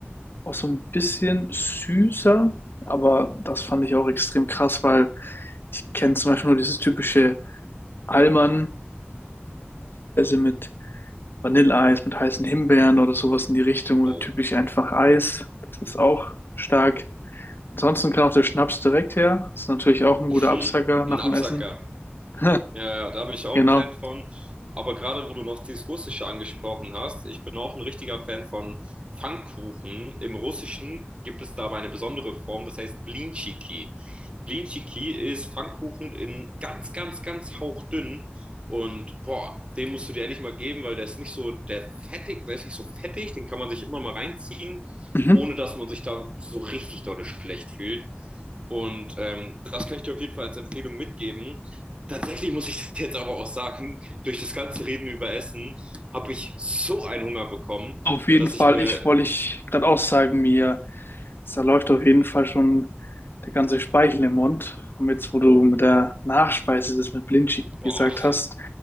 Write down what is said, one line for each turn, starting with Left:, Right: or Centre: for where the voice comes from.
Left: auch so ein bisschen süßer. Aber das fand ich auch extrem krass, weil ich kenne zum Beispiel nur dieses typische Allmann-Nachspeise mit Vanilleeis mit heißen Himbeeren oder sowas in die Richtung oder
Right: Oh,
Left: typisch einfach Eis. Das ist auch stark. Ansonsten kann auch der Schnaps direkt her. Ist natürlich auch ein
Right: <laughs>
Left: guter Absacker nach
Right: ein Absacker.
Left: dem Essen. <laughs>
Right: Ja, ja, da bin ich auch
Left: Genau.
Right: ein Fan von. Aber gerade wo du noch dieses Russische angesprochen hast, ich bin auch ein richtiger Fan von Pfannkuchen. Im Russischen gibt es dabei eine besondere Form, das heißt Blinchiki. Blinchiki ist Pfannkuchen in ganz, ganz, ganz hauchdünn. Und boah, den musst du dir ehrlich mal geben, weil der ist nicht so der fettig, der ist nicht so fettig, den kann man sich immer mal reinziehen,
Left: Mhm.
Right: ohne dass man sich da so richtig dolle schlecht fühlt. Und ähm, das kann ich dir auf jeden Fall als Empfehlung mitgeben tatsächlich muss ich <laughs> jetzt aber auch sagen, durch das ganze Reden über Essen habe ich so einen Hunger bekommen,
Left: Auf jeden
Right: dass
Left: Fall,
Right: ich mir,
Left: ich wollte ich gerade auch sagen, mir, da läuft auf jeden Fall schon der ganze Speichel im Mund. Und jetzt, wo du mit der Nachspeise das mit Blindschicki gesagt
Right: oh,
Left: hast,